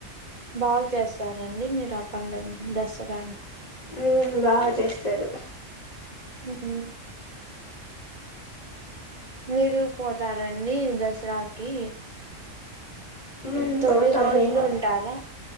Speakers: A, on the right; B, on the left.
A: బాగు చేస్తారా అండి మీరు ఆ పండగని దసరాని
B: మ్మూ బాగా చేస్తారు
A: మ్ ఉ మీరు పోతార అండి దసరాకి
B: ఉమ్
A: మ్ తొమ్మిది
B: పోతాం
A: రోజులు
B: మేము
A: ఉంటారా